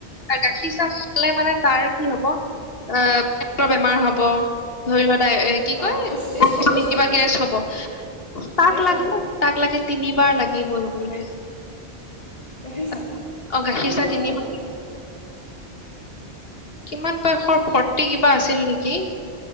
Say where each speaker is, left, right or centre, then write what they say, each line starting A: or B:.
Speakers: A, on the left; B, on the left.
A: আৰু গাখীৰ চাহ খালে মানে তাৰ কি হ'ব আহ বেমাৰ হ'ব, ধৰি লোৱা কি কয়
B: অঁ বেছি বেছি
A: <unintelligible>
B: অবেজ হয়।
A: কিবা গেছ হ'ব, তাক
B: গেছ
A: লাগে
B: হ'ব
A: তাক লাগে তিনিবাৰ লাগিবৈ বোলে।
B: গাখীৰ চাহ
A: অ গাখীৰ
B: কিমান
A: চাহ
B: বয়সৰ?
A: তিনিবাৰ কিমান বয়সৰ ফৰ্তি কিবা আছিল নেকি